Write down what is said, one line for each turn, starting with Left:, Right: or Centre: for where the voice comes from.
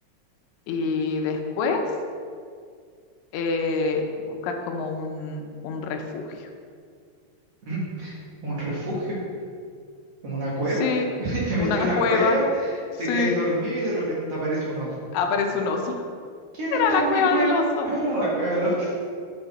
Left: Y después, eh, buscar como un, un refugio.
Right: <laughs> un refugio, como una cueva.
Left: Sí,
Right: <laughs> y Te
Left: una
Right: metí a una
Left: cueva.
Right: cueva,
Left: Sí,
Right: te quedas ahí dormido y de repente aparece un oso.
Left: aparece un oso. <laughs>
Right: ¿Quién
Left: Era
Right: está
Left: la
Right: en
Left: cueva
Right: mi cueva?
Left: del oso.
Right: Era la cueva de los-